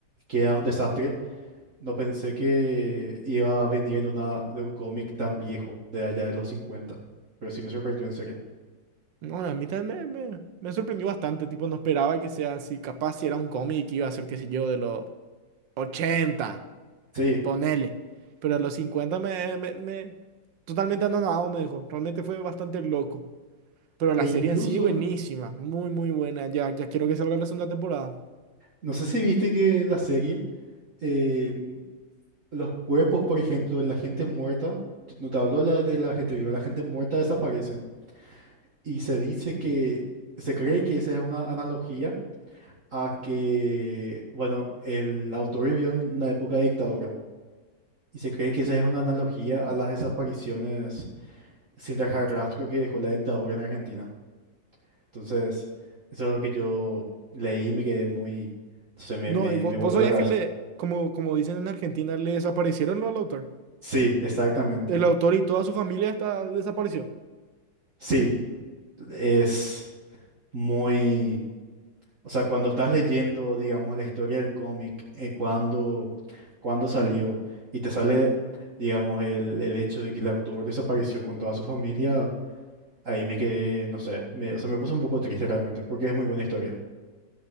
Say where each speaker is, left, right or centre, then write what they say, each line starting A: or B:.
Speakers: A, on the right; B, on the right.
A: queda un desastre. No pensé que iba a venir de una, de un cómic tan viejo, de allá de los cincuenta Pero sí me sorprendió en serio.
B: No, a mí también me, me, me sorprendió bastante, tipo no esperaba que sea así, capaz si era un cómic iba a ser, qué sé yo, de los ochenta
A: Sí.
B: ponele. Pero a los 50 me, me, me totalmente anonadado me dejó, realmente fue bastante loco. Pero la
A: E incluso,
B: serie en sí, buenísima, muy, muy buena. Ya, ya quiero que salga la segunda temporada.
A: no sé si viste que en la serie, em, los cuerpos, por ejemplo, de la gente muerta, t- no te hablo la de la gente viva, la gente muerta desaparecen. Y se dice que, se cree que esa es una analogía a que, bueno, el autor vivió en una época de dictadura y se cree que esa es una analogía a las desapariciones sin dejar rastro que dejó la dictadura en Argentina. Entonces, eso es lo que yo leí y me quedé muy, no sé, me,
B: No,
A: me,
B: y vos,
A: me
B: vos
A: voló
B: sabías
A: la cabeza.
B: que le, como, como dicen en Argentina, le desaparecieron lo al autor.
A: Sí, exactamente.
B: El autor y toda su familia está, desapareció.
A: Sí, es muy... O sea, cuando estás leyendo, digamos, la historia del cómic, eh, cuando, cuando salió y te sale, digamos, el, el hecho de que el autor desapareció con toda su familia, ahí me quedé, no sé, me, o sea, me puse un poco triste realmente, porque es muy buena historia.